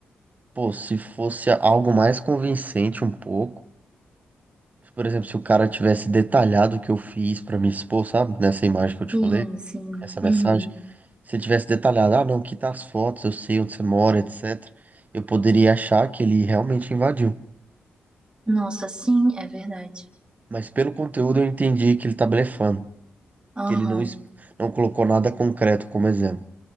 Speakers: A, on the right; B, on the right.
A: pô, se fosse algo mais convincente um pouco, Por exemplo, se o cara tivesse detalhado o que eu fiz pra me expor, sabe? Nessa imagem que eu te
B: Sim,
A: falei,
B: sim.
A: essa mensagem.
B: Uhum.
A: Se ele tivesse detalhado, ah, não, aqui tá as fotos, eu sei onde você mora, etc. Eu poderia achar que ele realmente invadiu.
B: Nossa, sim, é verdade.
A: Mas pelo conteúdo eu entendi que ele tá blefando,
B: Aham.
A: que ele não, es- não colocou nada concreto como exemplo.